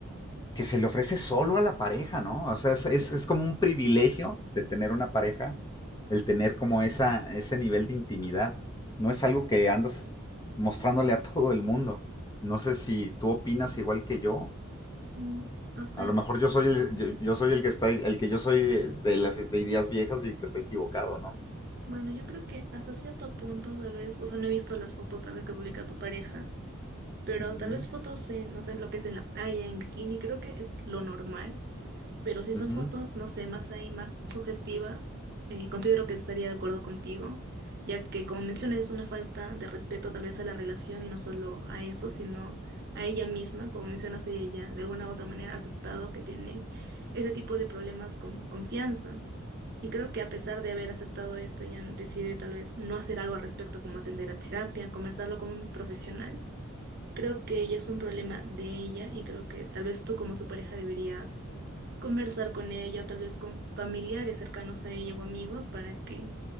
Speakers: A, on the left (about 20°); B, on the right (about 50°).
A: que se le ofrece solo a la pareja, ¿no? O sea, es, es, es como un privilegio de tener una pareja, el tener como esa, ese nivel de intimidad. No es algo que andas mostrándole a todo el mundo. No sé si tú opinas igual que yo.
B: Mm, O sea,
A: A lo mejor yo soy el, yo, yo soy el que está, el que yo soy de, de las ideas viejas y que está equivocado, ¿no?
B: bueno, yo creo que hasta cierto punto, tal vez, o sea, no he visto las fotos tal vez que publica tu pareja, pero
A: Ujú,
B: tal vez fotos en, no sé, lo que es en la playa, en bikini, creo que es lo normal. Pero si son
A: ujú.
B: fotos, no sé, más ahí, más sugestivas, eh, considero que estaría de acuerdo contigo, ya que como mencionas es una falta de respeto tal vez a la relación y no solo a eso, sino a ella misma, como mencionas, ella ya de alguna u otra manera ha aceptado que tiene ese tipo de problemas con confianza. Y creo que a pesar de haber aceptado esto, ella decide tal vez no hacer algo al respecto, como atender a terapia, conversarlo con un profesional. Creo que ya es un problema de ella y creo que tal vez tú como su pareja deberías conversar con ella o tal vez con familiares cercanos a ella o amigos para que,